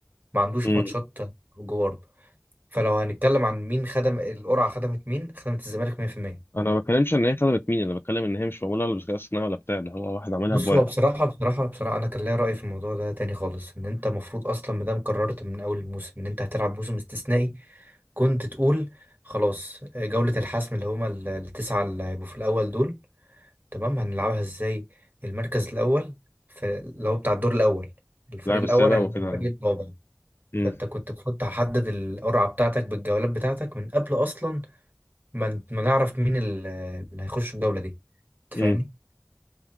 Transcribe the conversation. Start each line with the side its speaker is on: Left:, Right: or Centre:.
Right: ما عندوش
Left: امم
Right: ماتشات جوه ارضه فلو هنتكلم عن مين خدم القرعة خدمت مين خدمت الزمالك 100%
Left: انا ما بتكلمش ان هي خدمت مين انا بتكلم ان هي مش معموله ولا بالذكاء الاصطناعي ولا بتاع ده هو واحد عملها
Right: بص
Left: بورق
Right: هو بصراحة بصراحة بصراحة أنا كان ليا رأي في الموضوع ده تاني خالص إن أنت المفروض أصلا مادام قررت من أول الموسم إن أنت هتلعب موسم استثنائي كنت تقول خلاص جولة الحسم اللي هما ال- التسعة اللي هيبقوا في الأول دول تمام هنلعبها إزاي المركز الأول في اللي هو بتاع الدور الأول الفريق
Left: اللعب السابق
Right: الأول هيلعب
Left: وكده
Right: الفريق
Left: يعني
Right: الرابع
Left: امم
Right: فأنت كنت المفروض تحدد القرعة بتاعتك بالجولات بتاعتك من قبل أصلا ما ما نعرف مين ال- اللي هيخش الجولة دي أنت
Left: امم
Right: فاهمني